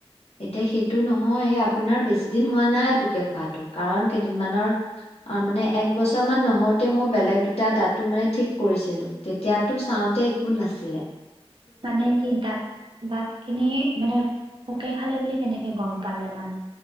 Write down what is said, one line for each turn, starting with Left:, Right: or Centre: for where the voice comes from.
Left: এতিয়া সেইটো নহয় এ আপোনাৰ বেছি দিন হোৱা নাই পোকে খোৱাতটো কাৰণ কেইদিনমানৰ। আৰু মানে এক বছৰ মান নহওতে মই বেলেগ দুটা দাতো মানে ঠিক কৰিছিলো তেতিয়াতো চাওঁতে, কোন আছিলে।
Right: মানে কি দাঁত দাঁত খিনি মানে পোকে খালে বুলি। কেনেকে গম পালে মানে?